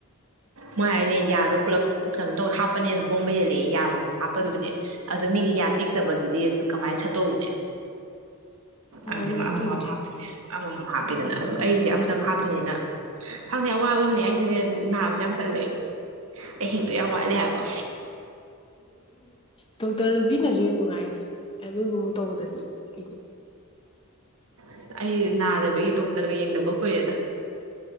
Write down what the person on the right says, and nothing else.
ꯃꯣꯏ ꯍꯥꯏꯅꯦ ꯌꯥꯗꯣ ꯄꯨꯂꯞ ꯀꯩꯅꯣ ꯇꯧ ꯍꯥ ꯍꯥꯞꯄꯅꯦꯅ ꯍꯣꯡꯕ ꯍꯦꯜꯂꯛꯦ ꯌꯥꯕ ꯑꯃ ꯍꯥꯞꯄꯗꯨꯕꯨꯗꯤ ꯑꯗꯣ ꯃꯤꯒꯤ ꯌꯥ ꯇꯦꯛꯇꯕꯗꯨꯗꯤ ꯑ ꯀꯃꯥꯏꯅ ꯁꯠꯇꯣꯛꯎꯅꯦ ꯑ
ꯃꯥ ꯃꯥꯄꯜꯦ ꯑꯃꯃꯝ ꯍꯥꯞꯄꯤꯗꯅ ꯑꯗꯣ ꯑꯩꯁꯦ ꯑꯝꯇꯪ ꯍꯥꯞꯇꯣꯏꯅꯤꯅ ꯍꯪꯗꯦ ꯑꯋꯥꯕ ꯑꯃꯅꯦ ꯑꯩꯁꯤꯅꯦ ꯅꯥꯕꯁꯦ ꯌꯥꯝ ꯇꯜꯂ ꯑꯦ ꯍꯤꯟꯗꯗꯨ ꯌꯥ ꯌꯥꯝ ꯍꯔꯜꯦ ꯍꯥꯏꯕ
ꯑꯁ ꯑꯩ ꯅꯥꯗꯕꯒꯤ ꯗꯣꯛꯇꯔꯒ ꯌꯦꯡꯗꯕ ꯀꯨꯏꯔꯦꯗ